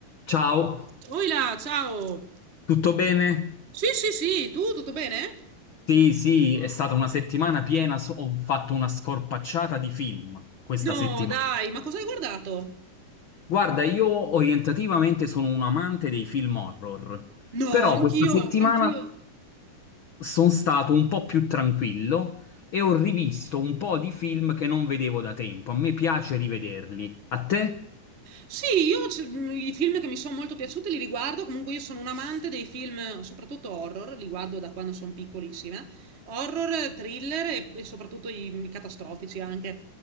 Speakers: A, on the left (about 85°); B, on the right (about 30°).
A: Ciao,
B: Oila, ciao!
A: tutto bene?
B: Sì, sì, sì, tu tutto bene?
A: Sì, sì, è stata una settimana piena, so- ho fatto una scorpacciata di film questa
B: No,
A: settimana.
B: dai, ma cosa hai guardato?
A: Guarda, io orientativamente sono un amante dei film horror,
B: No,
A: però
B: anch'io,
A: questa settimana
B: anch'io.
A: sono stato un po' più tranquillo e ho rivisto un po' di film che non vedevo da tempo. A me piace rivederli. A te?
B: Sì, io c- mh, i film che mi sono molto piaciuti li riguardo, comunque io sono un amante dei film, soprattutto horror, li guardo da quando sono piccolissima. Horror, thriller e, e soprattutto i, i catastrofici anche.